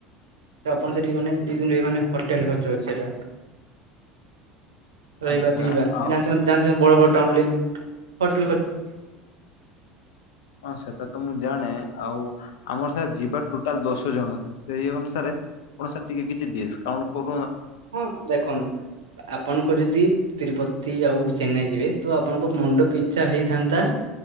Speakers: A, on the right (about 75°); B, on the left (about 65°).
A: ତ ଆପଣ ସେଠି ଗଲେ ଦି ଦିନ ରହିବେ ମାନେ ହୋଟେଲ ଖର୍ଚ୍ଚ ଅଛି ସେଟା। ରହିବା
B: ଆଚ୍ଛା
A: ପିଇବା
B: ଆଉ
A: ଜାଣିଛ ଜାଣିଛ ବଡ ବଡ ଟାଉନ ରେ <inaudible>
B: ହଁ ସେଟା ତ ମୁଁ ଜାଣେ ଆଉ ଆମର ସାର୍ ଯିବା ଟୋଟାଲ ଦଶ ଜଣ ସେଇ ଅନୁସାରେ ଆପଣ ସାର୍ ଟିକେ କିଛି ଡିସକାଉଣ୍ଟ କର
A: ହଁ ଦେଖନ୍ତୁ ଆପଣଙ୍କ ଯଦି ତିରୁପତି ଆଉ ଚେନ୍ନାଇ ଯିବେ ତ ଆପଣଙ୍କ ମୁଣ୍ଡ ପିଛା ହେଇଥାନ୍ତା